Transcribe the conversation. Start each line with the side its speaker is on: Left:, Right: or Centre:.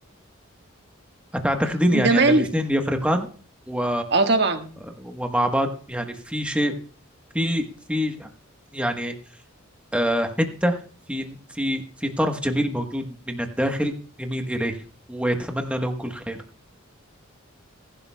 Centre: أتعتقدين
Right: والجمال
Centre: يعني أن الاثنين يفرقان و...
Right: اه طبعا
Centre: ومع بعض يعني في شيء في في يعني آه، حتة في في في طرف جميل موجود من الداخل يميل إليه ويتمنى له كل خير